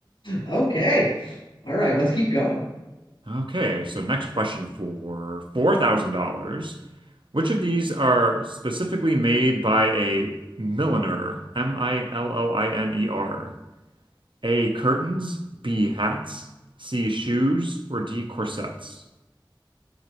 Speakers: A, on the left (about 90°); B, on the right (about 70°).
A: Okay. All right, let's keep going.
B: Okay, so next question for $4,000. Which of these are specifically made by a milliner? M-I-L-L-I-N-E-R. A. Curtains, B. Hats, C. Shoes, or D. Corsets.